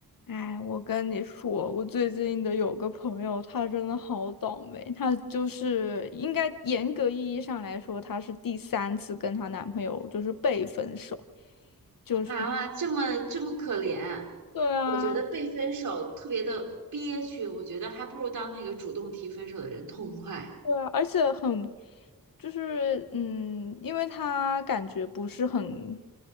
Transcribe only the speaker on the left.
哎，我跟你说，我最近的有个朋友，她真的好倒霉。她就是应该严格意义上来说，她是第三次跟她男朋友就是被分手，就是
对啊，
对啊，而且很就是嗯，因为她感觉不是很，